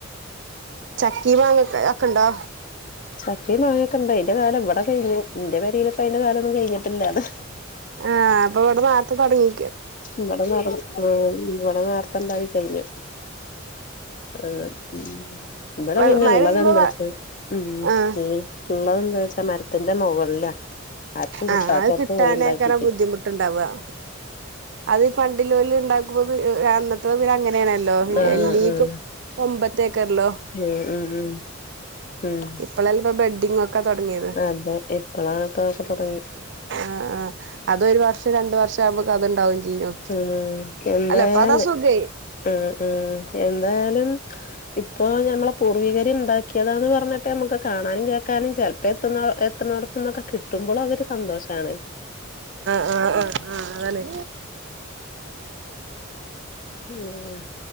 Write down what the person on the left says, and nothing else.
ചക്കെ മാങ്ങെക്കണ്ടെ അയ്ന്റ കാലം ഇവട കയിഞ്ഞു ഇന്റ പെരെലെക്കെ അയിന്റ കാലൊന്നും കയിഞ്ഞിട്ടില്ല അത്
ഇവട <unintelligible> ഇവട നേർത്തണ്ടായി കയിഞ്ഞു ആഹ് ഉം ഇവടെ
പിന്നെള്ളത്
എന്താച്ച ഉം
ഏഹ് ള്ളതെന്താ വെച്ചാ മരത്തിന്റെ മോകളിലാ ആർക്കും കിട്ടാത്തോടത്ത്
പോയിണ്ടാക്കീട്ട്
ആഹ്
ആഹ്
ഉം ഉം ഉം
അതെ ഇപ്പളാണ് ഇപ്പോ അതൊക്കെ തൊടങ്ങി
ഉം എന്തായാല്
ആഹ് ഉം എന്തായാലും ഇപ്പൊ ഞമ്മള പൂർവീകര് ഇണ്ടാക്കിയതാന്ന് പറഞ്ഞെട്ട് നമുക്ക് കാണാനും കേക്കാനും ചെലപ്പോ എത്ത്ന്നോ എത്തുന്നോട ത്ത്ന്നൊക്കെ കിട്ടുമ്പള് അതൊര് സന്തോഷാണ്
ഉം